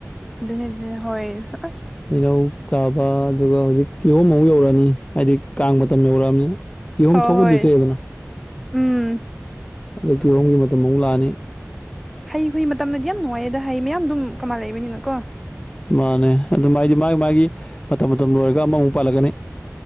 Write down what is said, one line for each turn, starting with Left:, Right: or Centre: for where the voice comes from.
Centre: ꯑꯗꯨꯅꯤ ꯑꯗꯨ ꯍꯣꯏ ꯑꯁ
Left: ꯍꯩꯅꯧ ꯆꯥꯕ ꯑꯗꯨꯒ ꯍꯧꯖꯤꯛ ꯀꯤꯍꯣꯝ ꯑꯃꯨ ꯌꯧꯔꯛꯑꯅꯤ ꯍꯥꯏꯗꯤ ꯀꯥꯡ ꯃꯇꯝ ꯌꯧꯔꯛꯑꯕꯅꯤꯅ ꯀꯤꯍꯣꯝ
Centre: ꯍꯣ
Left: ꯊꯣꯛꯄꯨꯗꯤ
Centre: ꯍꯣꯏ
Left: ꯊꯣꯛꯑꯦꯗꯅ
Centre: ꯎꯝ
Left: ꯑꯗ ꯀꯤꯍꯣꯝꯒꯤ
Centre: ꯊꯣꯛꯄ
Left: ꯃꯇꯝ ꯑꯃꯨꯛ ꯂꯥꯛꯑꯅꯤ
Centre: ꯍꯩ ꯍꯨꯏ ꯃꯇꯝꯗꯗꯤ ꯌꯥꯝ ꯅꯨꯡꯉꯥꯏꯌꯦ ꯑꯗ ꯍꯩ ꯃꯌꯥꯝ ꯑꯗꯨꯝ ꯀꯃꯥꯏꯅ ꯂꯩꯕꯅꯤꯅꯀꯣ
Left: ꯃꯥꯅꯦ ꯑꯗꯨ ꯃꯥꯗꯤ ꯃꯥꯒꯤ ꯃꯥꯒꯤ ꯃꯇꯝ ꯃꯇꯝ ꯂꯣꯏꯔꯒ ꯑꯃꯃꯨꯛ ꯄꯥꯜꯂꯛꯀꯅꯤ